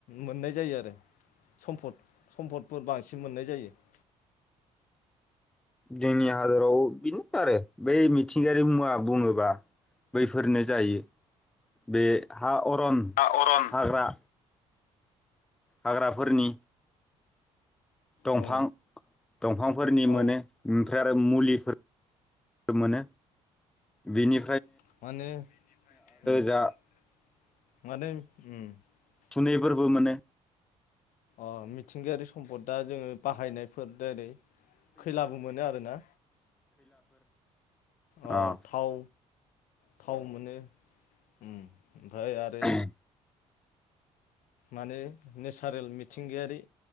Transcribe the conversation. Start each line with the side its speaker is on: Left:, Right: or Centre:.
Left: मोननाय जायो आरो सम्फद सम्फदफोर बांसिन मोननाय जायो <inaudible>
Centre: जोंनि हादराव बेनो आरो बै मिथिंगायारि मुवा बुङोबा बैफोरनो जायो बे हा अरन
Left: आ अरन
Centre: हाग्रा हाग्राफोरनि दंफां
Left: औ
Centre: दंफांफोरनि
Left: औ
Centre: मोनो ओमफ्राय आरो मुलिफोर मोनो बेनि
Left: <inaudible>
Centre: जा सुनैफोरबो मोनो
Left: अ मिथिंगायारि सम्पद दा जोङो बाहायनायफोर जेरै खैलाबो मोनो आरोना
Centre: औ
Left: अ थाव थाव मोनो ओमफ्राय आरो
Centre: अ
Left: माने नेसारेल मिथिंगायारि